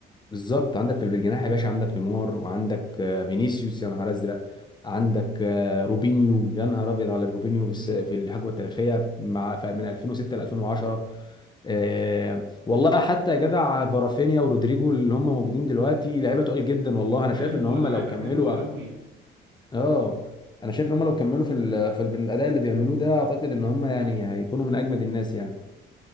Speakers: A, on the left; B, on the right.
A: بالظبط عندك في الجناح يا باشا عندك نيمار وعندك آه، فينيسيوس يا نهار ازرق عندك آه، روبينيو يا نهار ابيض على الروبينيو في الس-
B: امم
A: في الحقبه التاريخيه مع ف- من 2006 ل 2010 آه، والله حتى يا جدع فارافينيا ورودريجو اللي هم موجودين دلوقتي لعيبه تقال جدا والله انا شايف
B: ايوه
A: ان هم
B: لاعيبه
A: لو كملوا
B: حلوه قوي
A: اه انا شايف ان هم لو كملوا في ال... في الاداء اللي بيعملوه ده اعتقد ان هم يعني هيكونوا من اجمد الناس يعني